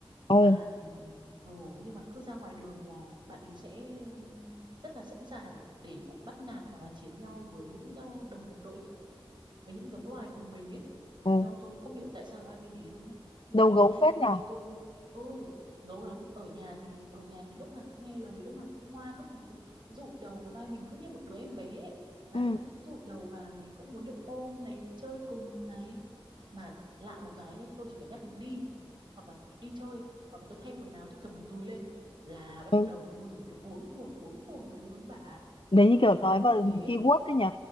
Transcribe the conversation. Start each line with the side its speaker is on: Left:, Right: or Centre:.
Left: ừ,
Right: mà ừ, nhưng mà cứ ra ngoài đường là bạn ý sẽ ừm, rất là sẵn sàng để bắt nạt hoặc là chiến nhau với những ờ, đồng đội với những giống loài cùng mình ấy
Left: ừ.
Right: theo tôi cũng không hiểu tại sao lại như thế luôn ấy nhưng
Left: đầu
Right: mà
Left: gấu
Right: ấy,
Left: phết
Right: đôi
Left: nhở?
Right: khi tôi ừ gấu lắm ở nhà thì ở nhà thì lúc nào cũng nghe lời lúc nào cũng ngoan lúc nào cũng dụi đầu vào vai mình cứ như một đứa em bé ấy. là
Left: Ừ,
Right: lúc nào cũng dụi đầu vào này cũng muốn được ôm này được chơi cùng này mà lạ một cái nhá tôi chỉ cần nhắc em đi hoặc là đi chơi hoặc là tôi thay quần áo tôi cầm cái túi lên là bắt
Left: ừ.
Right: đầu ui dồi nó cuống cuồng cuống cuồng lên luôn bà ạ.
Left: Đấy
Right: theo
Left: như kiểu
Right: sao
Left: nói
Right: mà khôn
Left: vào
Right: thế
Left: keyword đấy nhỉ?